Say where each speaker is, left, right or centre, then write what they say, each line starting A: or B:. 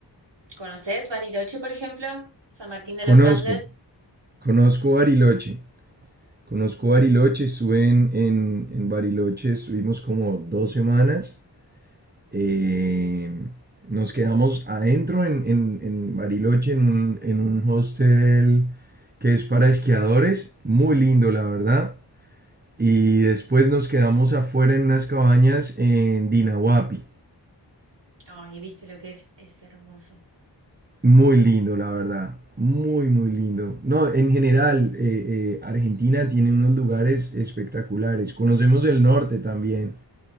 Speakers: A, on the right; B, on the right.
A: ¿Conoces Bariloche, por ejemplo? San Martín de
B: Conozco,
A: los Andes.
B: conozco Bariloche. Conozco Bariloche, estuve en, en, en Bariloche, estuvimos como dos semanas. Eh, nos quedamos adentro en, en- en Bariloche, en un, en un hostel que es para esquiadores, muy lindo la verdad. Y después nos quedamos afuera en unas cabañas en Dinahuapi,
A: Ay, viste lo que es, es hermoso.
B: muy lindo la verdad, muy muy lindo. No, en general, eh, eh, Argentina tiene unos lugares espectaculares. Conocemos el norte también.